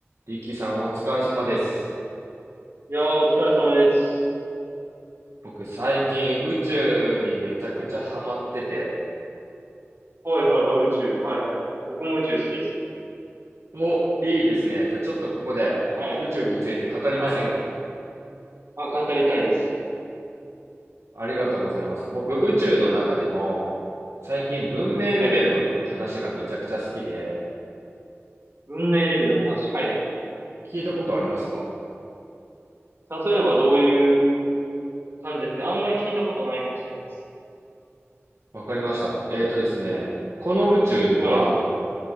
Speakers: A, on the right; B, on the right.
A: リキさんお疲れ様です。
B: いやー、お疲れ様です。
A: 僕最近宇宙にめちゃくちゃハマってて。
B: はいはいはい、宇宙に。はいはい。僕も宇宙好きですよ。
A: お、いいですね。じゃあちょっとここで宇宙について語りませんか
B: はい。はい。あ、語りたいです。
A: ありがとうございます。僕宇宙の中でも最近文明レベルの話がめちゃくちゃ好きで、
B: はい。文明レベルの話。はい。
A: 聞いたことありますか
B: 例えばどういう感じですかあんまり聞いたことないかもしれないです。
A: わかりました。えーとですね、この宇宙には
B: はい。